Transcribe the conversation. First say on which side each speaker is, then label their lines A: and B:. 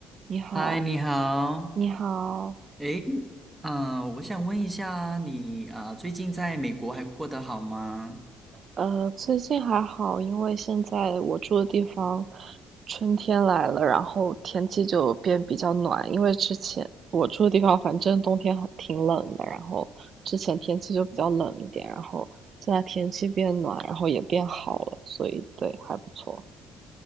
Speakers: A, on the right (about 55°); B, on the right (about 15°).
A: 你好，
B: 嗨，你好。
A: 你好，
B: 诶，嗯、我想问一下你啊、最近在美国还过得好吗？
A: 呃，最近还好，因为现在我住的地方春天来了，然后天气就变比较暖，因为之前我住的地方反正冬天很挺冷的，然后之前天气就比较冷一点，然后现在天气变暖，然后也变好了，所以对，还不错。